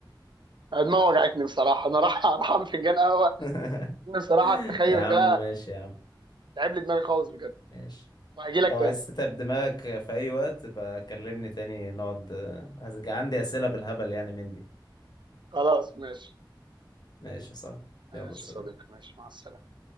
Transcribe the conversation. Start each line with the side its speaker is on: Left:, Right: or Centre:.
Right: أنا دماغي وجعتني بصراحه انا راح <laughs> راح اعمل فنجان قهوه
Left: <laughs>
Right: إن بصراحه التخيل
Left: يا عم
Right: ده
Left: ماشي يا عم
Right: تعب لي دماغي خالص بجد
Left: ماشي
Right: وهجي لك
Left: لو عايز
Right: تاني
Left: تتعب دماغك في أي وقت بقى كلمني تاني نقعد هرجع عندي أسئلة بالهبل يعني من دي
Right: خلاص ماشي
Left: ماشي يا صاحبي
Right: ماشي
Left: يلا سلام
Right: يا صديقي ماشي مع السلامه